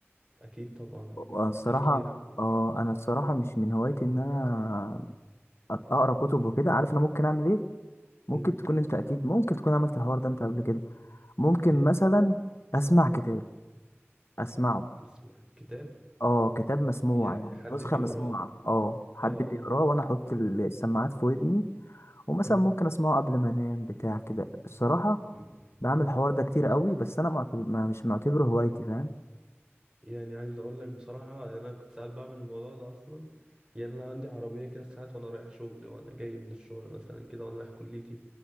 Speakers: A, on the right; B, on the left.
A: أكيد طبعا
B: وانا الصراحة
A: تفكيرك و...
B: اه انا الصراحة مش من هوايتي ان انا أت- اقرا كتب وكده عارف انا ممكن اعمل ايه ممكن
A: مم.
B: تكون انت اكيد ممكن تكون عملت الحوار ده انت قبل كده ممكن
A: إيه
B: مثلا اسمع كتاب اسمعه
A: اسم كتاب
B: اه كتاب مسموع
A: يعني
B: يعني
A: حد
B: نسخه
A: بيقراه
B: مسموعه اه حد
A: اه اه
B: بيقراه وانا احط السماعات في ودني ومثلا
A: مم.
B: ممكن اسمعه قبل ما انام بتاع كده الصراحه
A: مم.
B: بعمل
A: مم.
B: الحوار ده كتير قوي بس انا معتبر ما مش معتبره هوايتي فاهم
A: يعني عايز اقول لك بصراحة يعني انا كنت ساعات بعمل الموضوع ده اصلا يعني انا عندي عربية كده ساعات وانا رايح شغلي وانا جاي من الشغل مثلا كده وانا رايح كليتي